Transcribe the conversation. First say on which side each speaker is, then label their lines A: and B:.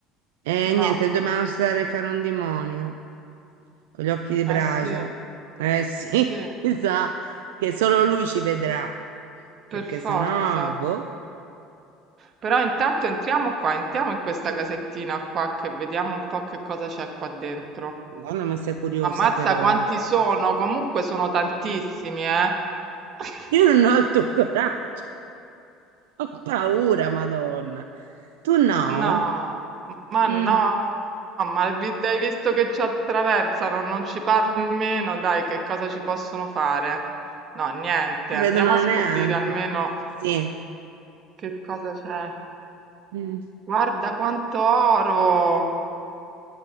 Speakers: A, on the right; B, on the right.
A: E
B: no,
A: niente, dobbiamo recare un demonio con gli occhi di bragia.
B: eh sì,
A: Eh sì,
B: sì,
A: <laughs> mi sa che solo lui ci vedrà, perché
B: per forza.
A: sennò, boh,
B: Però intanto entriamo qua, entriamo in questa casettina qua che vediamo un po' che cosa c'è qua dentro.
A: Madonna, ma sei curiosa
B: Ammazza
A: però,
B: quanti
A: eh.
B: sono, comunque sono tantissimi, eh. <laughs>
A: Io non ho il tuo coraggio, <laughs> ho paura, Madonna. Tu no?
B: No, ma
A: Mm.
B: no, ma li- dai visto che ci attraversano, non ci parli nemmeno, dai, che cosa ci possono fare? No, niente,
A: Ti
B: andiamo
A: vedono
B: a scoprire
A: neanche.
B: almeno
A: Sì.
B: che cosa c'è.
A: Mm.
B: Guarda quanto oro!